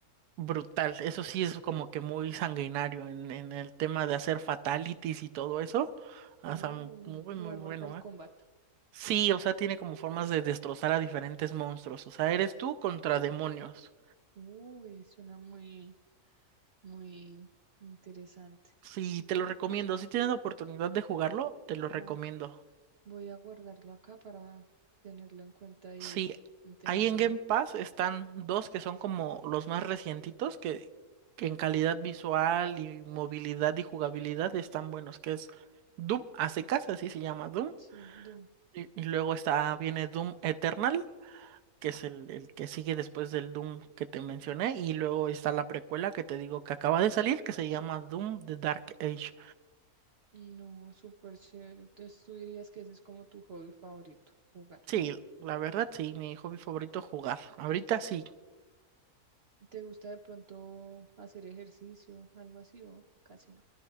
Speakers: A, on the right (about 80°); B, on the right (about 50°).
A: brutal. Eso sí es como que muy sanguinario en, en el tema de hacer fatalities y todo eso.
B: Uh,
A: O sea, mu- muy,
B: como
A: muy
B: Mortal
A: bueno,
B: Kombat.
A: ¿eh? Sí, o sea, tiene como formas de destrozar a diferentes monstruos. O sea, eres tú contra demonios.
B: Uy, suena muy, Muy interesante.
A: Sí, te lo recomiendo. Si tienes la oportunidad de jugarlo, te lo recomiendo.
B: Wow. Voy a guardarlo acá para tenerlo en cuenta y,
A: Sí,
B: y tenerlo
A: ahí en
B: ahí.
A: Game Pass están dos que son como los más recientitos, que, que en calidad visual y movilidad y jugabilidad están buenos, que es Doom a secas, así se llama Doom.
B: Sí, Doom.
A: Y, y luego está, viene Doom Eternal, que es el, el que sigue después del Doom que te mencioné. Y luego está la precuela que te digo que acaba de salir, que se llama Doom The Dark Age.
B: No, súper chévere. Entonces tú dirías que ese es como tu hobby favorito, jugar.
A: Sí, la verdad, sí, mi hobby favorito jugar. Ahorita sí.
B: ¿Y ¿Te gusta de pronto hacer ejercicio, algo así o casi no?